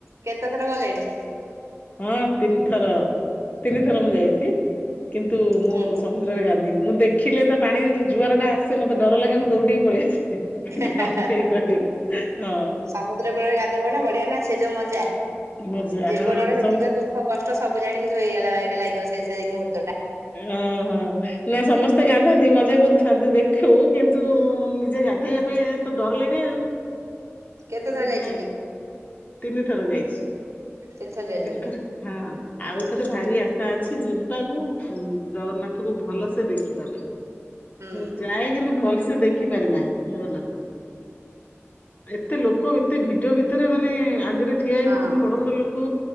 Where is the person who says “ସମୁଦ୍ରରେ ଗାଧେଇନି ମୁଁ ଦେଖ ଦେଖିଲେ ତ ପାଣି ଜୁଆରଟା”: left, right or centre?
Left